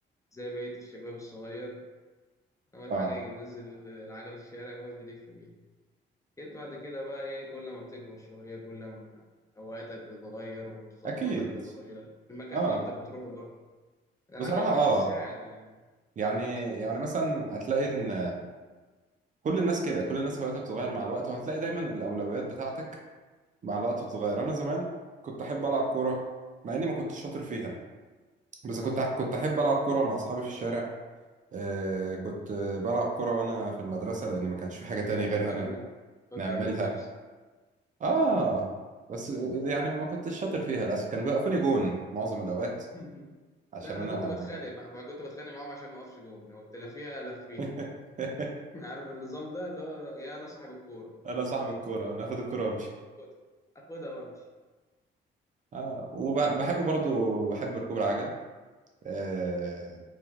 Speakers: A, on the left; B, on the right.
A: زي بقية الشباب الصغير أول
B: اه
A: حاجة يجي منزل العجلة في الشارع ويقعد يلف بيها جيت بعد كده بقى إيه كل ما بتكبر شوية كل ما هواياتك بتتغير ومتطلباتك
B: اكيد
A: بتتغير المكان
B: اه
A: اللي أنت بتروحه برضه العجلة
B: بصراحه
A: ما
B: اه
A: بقتش تساعد يعني
B: يعني يعني
A: مثلا
B: مثلا هتلاقي ان كل الناس كده كل الناس هواياتها بتتغير مع الوقت وهتلاقي دايما الاولويات بتاعتك مع الوقت بتتغير انا زمان كنت احب العب كوره مع اني ما كنتش شاطر فيها بس
A: اه
B: كنت كنت احب العب كوره مع اصحابي في الشارع آه كنت بلعب كوره وانا في المدرسه لان ما كانش في حاجه تاني
A: بتفكرني
B: غيرها ن-
A: بتفكرني
B: نعملها
A: بنفسي
B: اه
A: آه.
B: بس يعني ما كنتش شاطر فيها للاسف كانوا بيوقفوني جون معظم الاوقات
A: <laughs>
B: عشان
A: لا انا
B: انا
A: كنت بتخانق بقى ما كنت بتخانق معاهم عشان ما اقفش جون لو تلافيها لفيها
B: <laughs>
A: <laughs> عارف النظام ده اللي هو يا انا صاحب الكورة
B: انا صاحب الكوره انا اخد الكوره وامشي
A: خد اخدها وامشي
B: اه وبحب برضو بحب ركوب العجل آه،